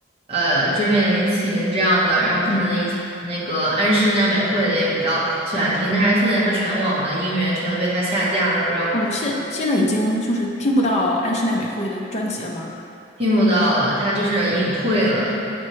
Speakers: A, on the right; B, on the left.
A: 呃椎名林檎这样的，然后可能以前那个安室奈美惠的也比较喜欢听，
B: 嗯，
A: 但是现在她全网的音源全都被她下架了，也不知道
B: 哦，现现在已经就是听不到安室奈美惠的专辑了吗？
A: 听不到了，她就是隐退了，